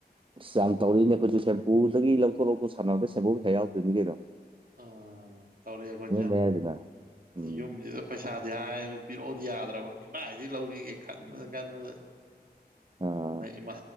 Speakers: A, on the right; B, on the right.
A: ꯑꯁ ꯌꯥꯝ ꯇꯧꯔꯤꯅꯦ ꯑꯩꯈꯣꯏꯁꯨ ꯁꯄꯨꯗꯒꯤ ꯂꯧꯊꯣꯛ ꯂꯧꯊꯣꯛ ꯁꯥꯟꯅꯕꯔꯗ ꯁꯦꯝꯕꯨꯨ ꯄꯩꯁꯥ ꯌꯥꯎꯗꯣꯏꯃꯤ ꯀꯩꯩꯅꯣ
B: ꯎ ꯇꯧꯔꯦꯈꯣꯏꯆ
A: ꯃꯌꯥꯏꯗꯨꯗ ꯎꯝ
B: ꯌꯨꯝꯁꯤꯗ ꯄꯩꯁꯥ ꯑꯗꯨ ꯍꯥꯏꯕ ꯄꯤꯔꯛꯑꯣꯗꯤ ꯌꯥꯗ꯭ꯔꯕ ꯀꯗꯥꯏꯗꯒꯤ ꯂꯧꯁꯤꯒꯦ ꯈꯟꯕꯨꯗ ꯈꯟꯕꯨꯗ
A: ꯑꯥ
B: ꯃ ꯏꯃꯥ